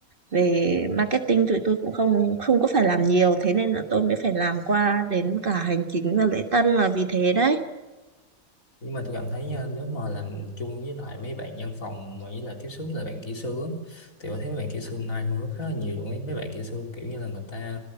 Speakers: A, on the right; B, on the left.
A: về marketing tụi tôi cũng không không có phải làm nhiều thế nên là tôi mới phải làm qua đến cả hành chính và lễ tân là vì thế đấy
B: nhưng mà tôi cảm thấy nha, nếu mà làm chung với lại mấy bạn văn phòng mà với lại tiếp xúc với lại bạn kỹ sư á, thì tôi thấy mấy bạn kỹ sư nay hôn rất là nhiều luôn ấy mấy bạn kỹ sư kiểu như là người ta